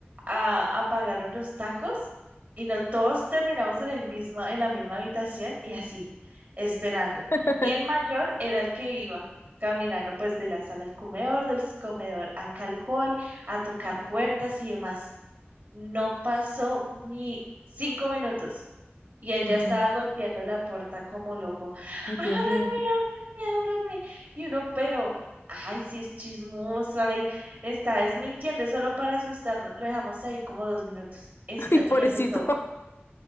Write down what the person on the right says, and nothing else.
a- apagaron los tacos y no todos terminamos en el mismo, en la misma habitación y así, esperando.
Y el mayor era el que iba caminando pues de la sala al comedor, del comedor acá al hall, a tocar puertas y demás. No pasó ni cinco minutos y él
ya estaba golpeando la puerta como loco.
¡Ábranme,
ábranme, ábranme! Y uno, pero, ay, si es chismoso, ay, está desmintiendo, es solo para asustarnos. Lo dejamos ahí como dos minutos. Esta-
y empezó,